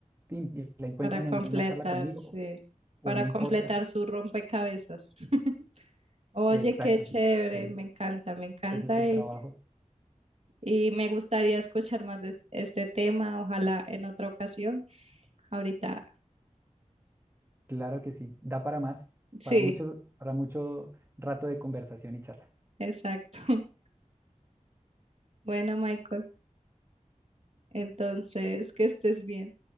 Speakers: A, on the right (about 20°); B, on the right (about 55°).
A: fin, y la encuentran
B: Para completar,
A: en una charla conmigo
B: sí,
A: o
B: para
A: en un
B: completar
A: podcast.
B: su rompecabezas. <laughs> Oye,
A: Exacto.
B: qué chévere,
A: Sí,
B: me encanta, me encanta
A: ese es el
B: y,
A: trabajo.
B: y me gustaría escuchar más de este tema, ojalá en otra ocasión. Ahorita.
A: Claro que sí. Da para más,
B: Sí,
A: para mucho, para mucho rato de conversación y charla.
B: exacto. <laughs> Bueno, Michael, entonces, que estés bien.